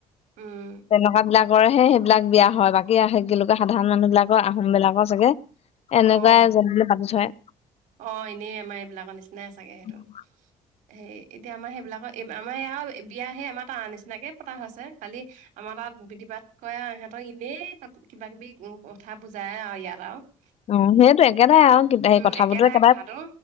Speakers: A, on the right (about 80°); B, on the left (about 55°).
A: উম,
B: তেনেকুৱা বিলাক কৰহে সেইবিলাক বিয়া হয়, বাকী সেই কি বুলি কয় সাধাৰণ মানুহ বিলাকৰ আহোম বিলাকৰ চাগে এনেকুৱাই
A: অ'।
B: যেন তেন পাতি থয়।
A: অ', এনেই আমাৰ এইবিলাকৰ নিচিনাই চাগে সেইটো।
B: <inaudible>
A: সেই এতিয়া আমাৰ সেইবিলাকৰ আমাৰ এওঁ বিয়া হে আমাৰ তাৰ নিচিনাকে পতা হৈছে খালি আমাৰ তাত বিধি পাত কৰে আৰু ইহঁতক এনেই ক কিবা কিবি কথা বুজাই আৰু ইয়াত আৰু।
B: অ', সেইটো একেতাই আৰু সেই
A: উম,
B: কথাবতৰা
A: একেটাই কথাটো